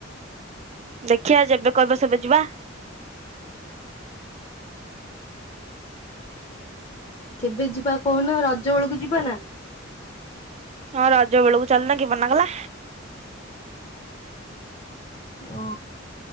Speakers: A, on the right (about 35°); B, on the left (about 30°).
A: ଦେଖିବା ଯେବେ କହିବ ସେବେ ଯିବା।
B: କେବେ ଯିବା କହୁନ ରଜ ବେଳକୁ ଯିବା ନା?
A: ହଁ ରଜବେଳକୁ ଚଲନ କି ମନା କଲା।
B: ଓ